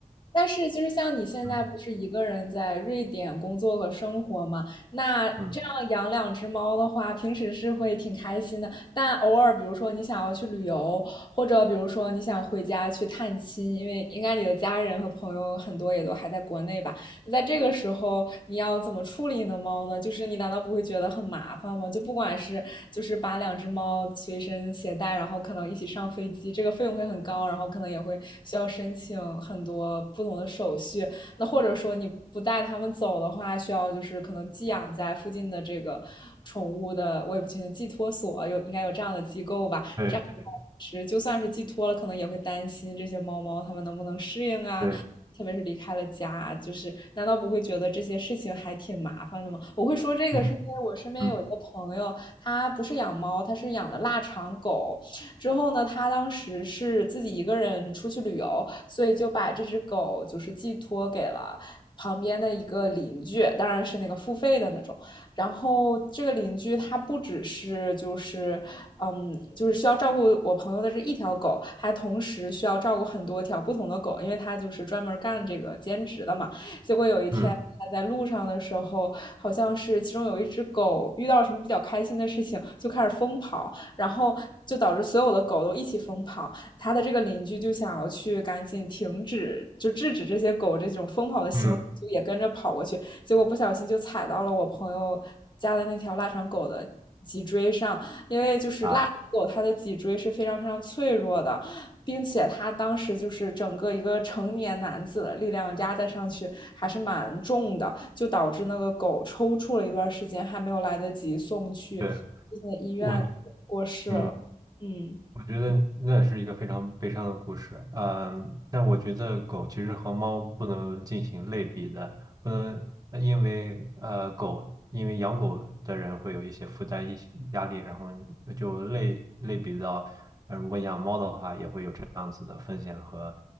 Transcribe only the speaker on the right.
嗯
嗯，
对对
对，
嗯嗯
嗯
嗯
啊，
对我嗯。
我觉得那是一个非常悲伤的故事，嗯，但我觉得狗其实和猫不能进行类比的，不能呃因为呃狗，因为养狗的人会有一些负担、一些压力，然后就类类比到，呃，如果养猫的话，也会有这样子的风险和